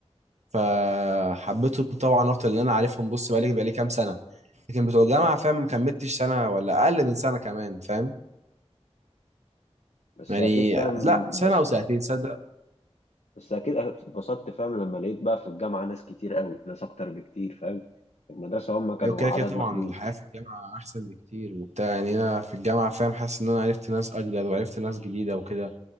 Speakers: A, on the right (about 85°); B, on the left (about 85°).
A: فحبيتهم طبعا اكتر لان انا عارفهم بص بقالي بقالي كام سنه لكن بتوع الجامعه فاهم ما كملتش سنه ولا اقل من سنه كمان فاهم
B: بس
A: يعني
B: اكيد فاهم
A: لا سنه
B: بس
A: او سنتين صدق
B: بس اكيد اتبسطت فاهم لما لقيت بقى في الجامعه ناس كتير قوي ناس اكتر بكتير فاهم في المدرسه هم كانوا
A: لو كده
B: عدد
A: كده طبعا
B: محدود
A: الحياه في الجامعه احسن بكتير وبتاع يعني انا في الجامعه فاهم حاسس ان انا عرفت ناس اجدد وعرفت ناس جديده وكده